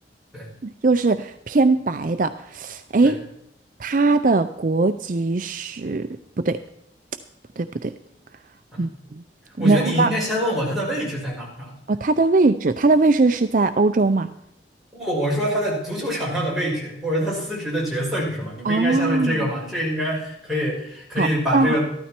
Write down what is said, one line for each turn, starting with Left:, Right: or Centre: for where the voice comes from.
Centre: 对
Right: 又是偏白的，诶，
Centre: 对，
Right: 他的国籍是不对，不对，不对，
Centre: 嗯，
Right: 嗯，没有，
Centre: 我觉得你应该先问我他的位置在哪儿啊？
Right: 我刚哦，他的位置，他的位置是在欧洲吗？
Centre: 不，我说他在足球场上的位置，或者他司职的角色是什么？你不应该先问这个吗？
Right: 哦，
Centre: 这个应该可以可以把这个
Right: 好，那